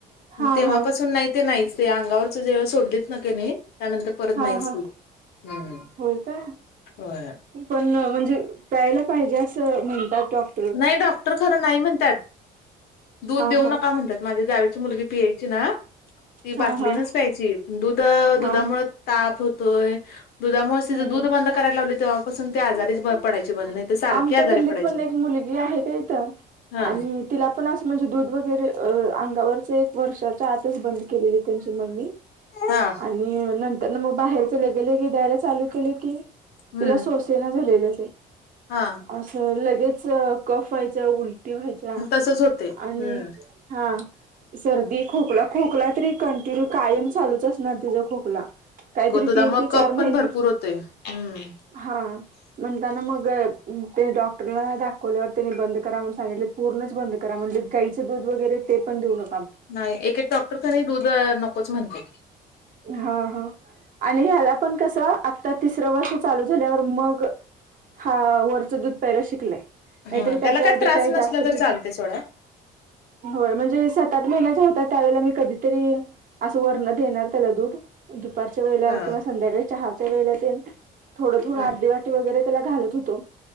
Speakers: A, on the left; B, on the right.
A: मग
B: हा
A: तेव्हापासून
B: हा
A: नाही ते नाहीच ते अंगावरच जेव्हा सोडली. <unintelligible> किने त्यानंतर परत
B: हा
A: नाहीच
B: हा
A: <unintelligible>
B: होय का
A: होय
B: पण अं म्हणजे प्यायला पाहिजे असं म्हणतात डॉक्
A: नाही डॉक्टर खरं नाही म्हणत्यात, दूध
B: हा
A: देऊ
B: हा
A: नका म्हणत्यात माझ्या जावे मुली पियची ना ती
B: हा
A: बाटलीनच
B: हा
A: प्यायची दुध
B: हा
A: दुधामुळे ताप हुतोय. दुधामुळचं
B: हम्म
A: दूध
B: हम्म
A: बंद करायला लावली तेव्हापासून ती आजारीच पडायची बंद नाही. तर सारखे
B: आमच्या
A: आजारी
B: गल्लीत
A: पडायचे
B: पण एक मुलगी आहे का इथं
A: हा
B: आणि तिला पण असं म्हणजे दूध वगैरे अंगावरच एक वर्षात हा तेच बंद केलेली त्यांची मम्मी
A: हा
B: <unintelligible> आणि नंतर ना मग बाहेरच लगे लगे द्यायला चालू केले की,
A: हम्म
B: तिला सोसेना झालेले.
A: हा
B: असं लगेच कफ व्हायचं उलटी व्हायचा
A: तसच होते
B: आणि
A: हम्म
B: हा सर्दी खोकला, खोकला तरी कंटिन्यू कायम चालूच असणार तिचा खोकला काहीतरी
A: दुधामुळे
B: तीन ते
A: कप
B: चार महिने,
A: पण भरपूर होते हम्म
B: हा म्हणताना मग ते डॉक्टरला दाखवल्या वर त्यानी बंद करा म्हणून सांगितले पूर्णच बंद करा म्हणलेत गाईच दूध वगैरे ते पण देऊ न
A: नाही एक एक डॉक्टर कने दूध अं नकोच म्हणत्यात.
B: हा हा आणि ह्याला पण कसं आता तिसरं वर्ष चालू झाल्यावर मग हा वरचं दूध प्यायलं शिकलंय, नाहीतरी
A: हा
B: त्याच्या
A: त्याला काय
B: आधी
A: त्रास
B: काही
A: नसला
B: जास्त
A: तर
B: पीत
A: चालते सोडा
B: होय म्हणजे सात, आठ महिन्याचा होता त्यावेळेला मी कधीतरी असं वरन देणार <unintelligible> दूध दुपारच्या वेळेला
A: हा
B: किंवा संध्याकाळी चहाच्या वेळेला तेन थोडं थोडं
A: ह
B: अर्धी वाटी वगैरे त्याला घालत होतो